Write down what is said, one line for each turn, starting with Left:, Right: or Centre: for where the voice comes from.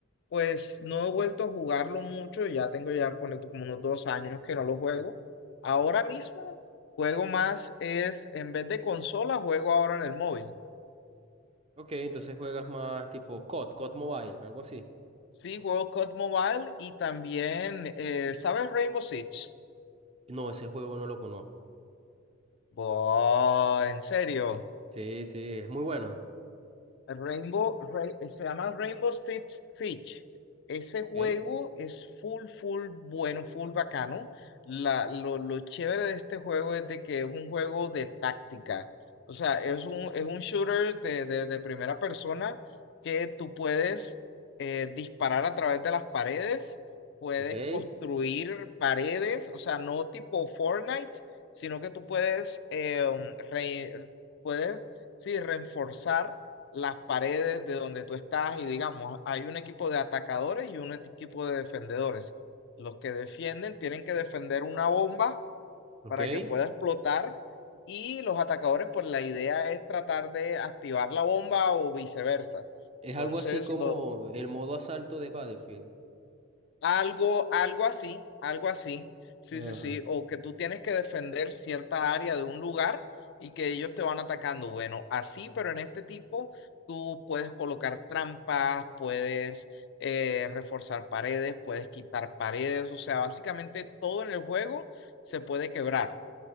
Left: pues no he vuelto a jugarlo mucho, ya tengo ya ponle tú, como unos dos años que no lo juego. Ahora mismo juego más es, en vez de consola, juego ahora en el móvil.
Right: Ok, entonces juegas más tipo COD, COD Mobile, algo así.
Left: Sí, World Cup Mobile y también, eh, ¿sabes Rainbow Six?
Right: No, ese juego no lo conozco.
Left: Boh, en serio.
Right: De- Sí, sí, es muy bueno.
Left: Rainbow, Ra- eh, se llama Rainbow Six Siege. Ese juego
Right: Ok,
Left: es full, full bueno, full bacano. La, lo, lo chévere de este juego es de que es un juego de táctica. O sea, es un, es un shooter de, de- de primera persona que tú puedes eh, disparar a través de las paredes, puedes
Right: ok,
Left: construir paredes, o sea, no tipo Fortnite, sino que tú puedes, eh, um, re- puedes, sí, reforzar las paredes de donde tú estás y digamos, hay un equipo de atacadores y un equipo de defendedores. Los que defienden tienen que defender una bomba
Right: ok.
Left: para que pueda explotar y los atacadores, pues la idea es tratar de activar la bomba o viceversa.
Right: Es
Left: Entonces,
Right: algo así como
Left: lo
Right: el modo asalto de Battlefield.
Left: Algo, algo así, algo así. Sí,
Right: Ajá.
Left: sí, sí. O que tú tienes que defender cierta área de un lugar y que ellos te van atacando. Bueno, así, pero en este tipo tú puedes colocar trampas, puedes eh, reforzar paredes, puedes quitar paredes. O sea, básicamente todo en el juego se puede quebrar.